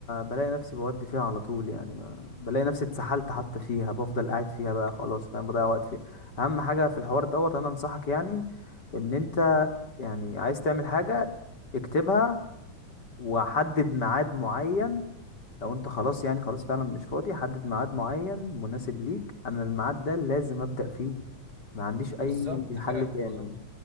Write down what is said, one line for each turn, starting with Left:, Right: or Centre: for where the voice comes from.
Left: بلاقي نفسي بودي فيها على طول يعني ب... بلاقي نفسي اتسحلت حتى فيها بفضل قاعد فيها بقى خلاص فاهم بضيع وقت فيها اهم حاجة في الحوار دوت انا انصحك يعني ان انت يعني عايز تعمل حاجة اكتبها وحدد ميعاد معين لو انت خلاص يعني خلاص فعلا مش فاضي حدد ميعاد معين مناسب ليك انا الميعاد ده لازم ابدأ فيه ما عنديش
Right: بالظبط
Left: اي حل
Right: فعلا
Left: تاني
Right: بالظبط